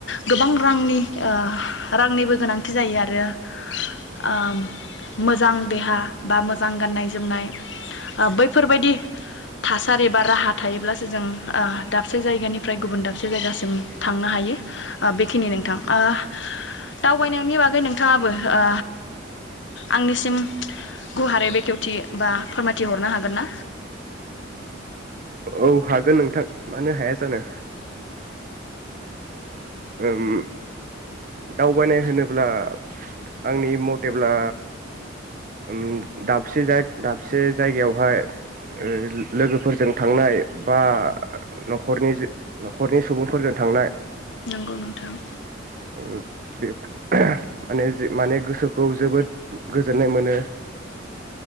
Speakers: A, on the left (about 65°); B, on the right (about 45°).
A: गोबां रांनि आ रांनिबो गोनांथि जायो आरो आ‌‌ मोजां देहा बा मोजां गाननाय-जोमनाय आ बैफोरबायदि थासारि बा राहा थायोब्लासो जों आ दाबसे जायगानिफ्राय गुबुन दाबसे जायगासिम थांनो हायो बेखिनि नोंथां आ दावबायनायनि बागै नोंथाङाबो आ आंनिसिम गुवारै बेखेवथि बा फोरमायथि हरनो हागोन ना
B: औ हागोन नोंथां मानो हाया जानो ओम दावबायनाय होनोब्ला आंनि मथेब्ला ओम दाबसे दाबसे जायगायावहाय ओ लोगोफोरजों थांनाय बा नखरनि न'खरनि सुबुंफोरजों थांनाय
A: नंगौ नोंथां
B: ओ बे माने जे माने गोसोखौ जोबोद गोजोननाय मोनो